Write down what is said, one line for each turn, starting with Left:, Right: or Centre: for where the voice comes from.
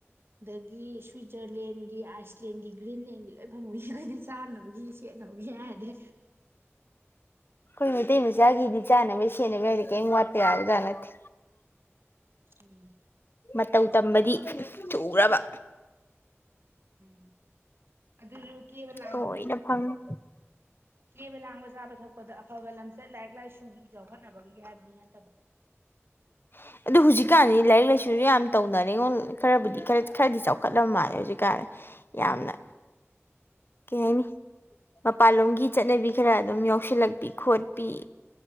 Right: ꯑꯗꯒꯤ ꯁ꯭ꯋꯤꯖꯔꯂꯦꯟꯒꯤ ꯑꯥꯏꯁꯂꯦꯟꯒꯤ ꯒ꯭ꯔꯤꯟꯂꯦꯟꯒꯤ ꯂꯣꯏ ꯐꯪꯕꯩ ꯑꯩꯈꯣꯏꯗꯤ ꯆꯥꯅꯕꯒꯤ ꯁꯦꯠꯅꯕꯒꯤ ꯍꯥꯏꯔꯗꯤ
Left: ꯈꯣꯏ ꯃꯩꯇꯩ ꯃꯆꯥꯒꯤꯗꯤ ꯆꯥꯅꯕ ꯁꯦꯟꯅꯕꯩ ꯍꯥꯏꯗꯤ ꯀꯩꯌꯝ ꯋꯥꯠꯇꯦ ꯍꯥꯏꯕꯖꯥ ꯅꯠꯇꯦ
Right: ꯎꯝ
Left: ꯃꯇꯧ ꯇꯝꯕꯗꯤ ꯊꯨꯒ꯭ꯔꯕ
Right: ꯎꯝ ꯑꯗꯨꯁꯨ ꯀꯦꯕ ꯂꯥꯡꯕꯗ
Left: ꯂꯣꯏꯅ ꯐꯪꯉꯤ
Right: ꯀꯦꯕ ꯂꯥꯡꯕ ꯆꯥꯕ ꯊꯛꯄꯗ ꯑꯐꯕ ꯂꯝꯆꯠ ꯂꯥꯏꯔꯤꯛ ꯂꯥꯏꯁꯨꯒꯤ ꯆꯥꯎꯈꯠꯅꯕꯒꯤ ꯍꯥꯏꯕꯗꯤ ꯅꯠꯇꯕ
Left: <inaudible> ꯑꯗꯨ ꯍꯧꯖꯤꯛꯀꯥꯟꯗꯤ ꯂꯥꯏꯔꯤꯛ ꯂꯥꯏꯁꯨꯖꯨ ꯌꯥꯝꯅ ꯇꯧꯅꯔꯉꯣ ꯈꯔꯕꯨꯗꯤ ꯈꯔ ꯈꯔꯗꯤ ꯆꯥꯎꯈꯠꯂꯕ ꯃꯥꯜꯂꯦ ꯍꯧꯖꯤꯛꯀꯥꯟ ꯌꯥꯝꯅ ꯀꯩ ꯍꯥꯏꯅꯤ ꯃꯄꯥꯟꯂꯣꯝꯒꯤ ꯆꯠꯅꯕꯤ ꯈꯔ ꯑꯗꯨꯝ ꯌꯥꯎꯁꯤꯜꯂꯛꯄꯤ ꯈꯣꯠꯄꯤ